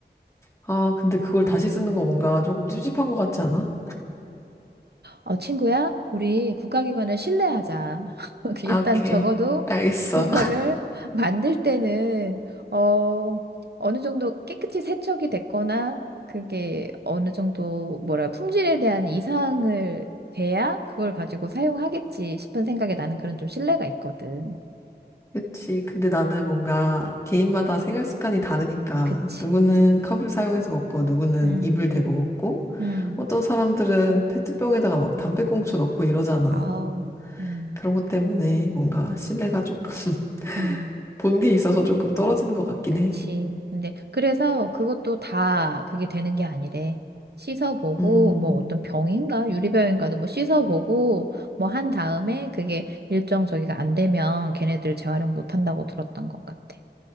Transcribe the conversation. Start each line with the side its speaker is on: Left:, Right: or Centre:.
Left: 아, 근데 그걸 다시 쓰는 거 뭔가 조금 찝찝한 것 같지 않아?
Right: 어, 친구야, 우리 국가기관을 신뢰하자. <laughs> 일단
Left: 아, 오케이.
Right: 적어도
Left: 알겠어.
Right: 그거를 <laughs> 만들 때는, 어, 어느 정도 깨끗이 세척이 됐거나, 그게 어느 정도, 뭐라, 품질에 대한 이상을 돼야 그걸 가지고 사용하겠지 싶은 생각에 나는 그런 좀 신뢰가 있거든.
Left: 그치. 근데 나는 뭔가 개인마다 생활 습관이 다르니까
Right: 그치.
Left: 누구는 컵을 사용해서 먹고 누구는
Right: 음,
Left: 입을 대고 먹고
Right: 음,
Left: 어떤 사람들은 페트병에다가 막 담배꽁초 넣고 이러잖아.
Right: 아우, 음,
Left: 그런 것 때문에 뭔가 신뢰가 조금 <laughs>
Right: 음.
Left: 본 게 있어서 조금 떨어지는 것 같긴
Right: 그치.
Left: 해.
Right: 근데 그래서 그것도 다 그게 되는 게 아니래. 씻어보고
Left: 음,
Right: 뭐 어떤 병인가 유리병인가도 뭐 씻어보고 뭐 한 다음에 그게 일정 저기가 안 되면 걔네들 재활용 못 한다고 들었던 것 같아.